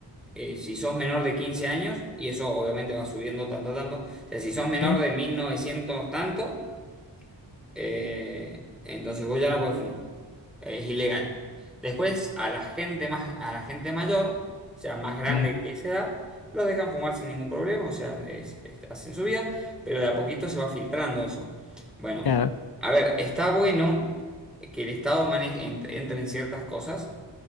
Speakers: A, in the centre; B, on the left.
A: eh, si sos menor de 15 años, y eso obviamente va subiendo tanto, tanto, o sea, si sos menor
B: sí,
A: de 1900 tanto, eh, entonces vos ya no puedes fumar. Es ilegal. Después, a la gente más, a la gente mayor, o sea, más grande
B: ujú,
A: que esa edad, los dejan fumar sin ningún problema, o sea, es, es- hacen su vida, pero de a poquito se va filtrando eso. Bueno,
B: claro,
A: a ver, está bueno que el Estado maneje, ent- entre en ciertas cosas,